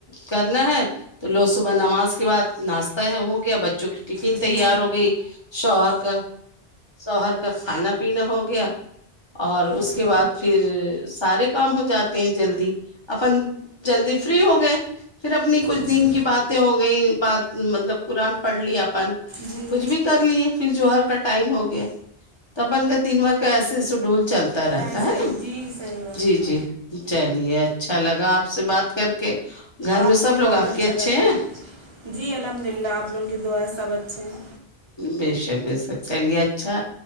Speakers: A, on the left; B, on the right.
A: کرنا ہے تو لوگ صبح نماز کے بعد ناشتہ ہو گیا بچوں کی ٹفن
B: جی
A: تیار ہو گئی شوہر کا شوہر کا کھانا پینا ہو گیا اور اس
B: جی
A: کے بعد پھر سارے کام ہو جاتے ہیں جلدی اپن جلدی فری ہو گئے پھر اپنی کچھ
B: جی
A: دن کی باتیں ہو گئی بات مطلب قرآن پڑھ لی اپن
B: جی
A: کچھ بھی کر لیے پھر جوہر کا ٹائم ہو گیا تو اپن کا دن بھر کا ایسے سڈول چلتا رہتا
B: ایسا
A: ہے
B: ہی
A: نا
B: جی صحیح بات
A: جی جی چلیے اچھا لگا آپ سے بات کر کے کہ گھر
B: آپ
A: میں
B: سے
A: سب
B: بھی
A: لوگ
B: بہت
A: آپ
B: اچھا
A: کے اچھے
B: لگا
A: ہیں
B: جی الحمد للہ آپ لوگوں کے دعا سب اچھے ہیں
A: بیشک بیشک چلیے اچھا